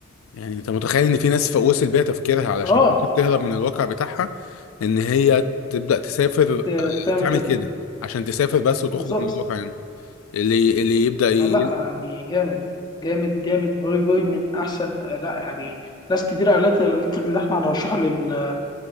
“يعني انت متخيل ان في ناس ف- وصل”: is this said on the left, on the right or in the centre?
Left